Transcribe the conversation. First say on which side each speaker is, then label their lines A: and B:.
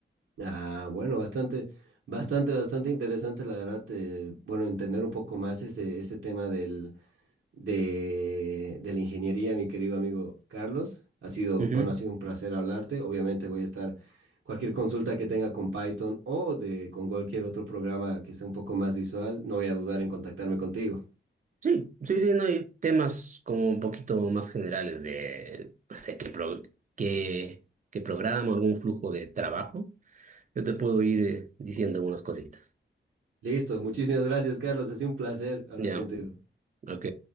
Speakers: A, on the right; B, on the right.
A: Ah, bueno, bastante, bastante, bastante interesante, la verdad, eh, bueno, entender un poco más este, este tema del, de, de la ingeniería, mi querido amigo Carlos. Ha sido,
B: Ujú.
A: bueno, ha sido un placer hablarte. Obviamente voy a estar, cualquier consulta que tenga con Python o de, con cualquier otro programa que sea un poco más visual, no voy a dudar en contactarme contigo.
B: Sí, sí, sí, no hay temas como un poquito más generales de, no sé, qué, pro- qué, qué programa, algún flujo de trabajo. Yo te puedo ir eh, diciendo algunas cositas.
A: Listo, muchísimas gracias, Carlos. Ha sido un placer hablar
B: Ya,
A: contigo.
B: ok,